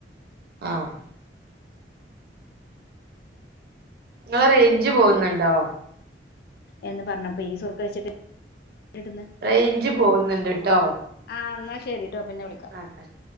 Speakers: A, on the right; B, on the left.
A: ആഹ് ങ്ങളെ റൈഞ്ച് പോഉന്ന്ണ്ടോ
B: എന്ന് പറഞ്ഞപ്പോ ഈ സുർക്ക കഴിച്ചിട്ട് എടുന്നെ
A: റേഞ്ച് പോകുന്നുണ്ട് ട്ടോ
B: ആഹ് ന്നാ ശരിട്ടോ പിന്നെ വിളിക്ക
A: ആഹ്